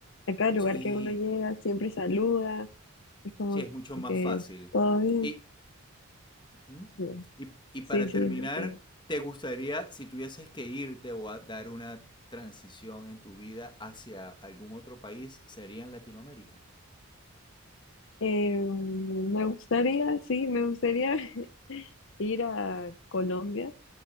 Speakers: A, on the left; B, on the left.
A: A cada lugar
B: Sí,
A: que uno llega, siempre saluda, es como
B: Sí, es mucho más
A: que,
B: fácil.
A: ¿todo bien?
B: Y, Ujú.
A: No.
B: y, y
A: Sí,
B: para
A: sí,
B: terminar,
A: es verdad.
B: ¿te gustaría, si tuvieses que irte o a dar una transición en tu vida hacia algún otro país, sería en Latinoamérica?
A: Eh, me gustaría, sí, me gustaría <laughs> ir a Colombia.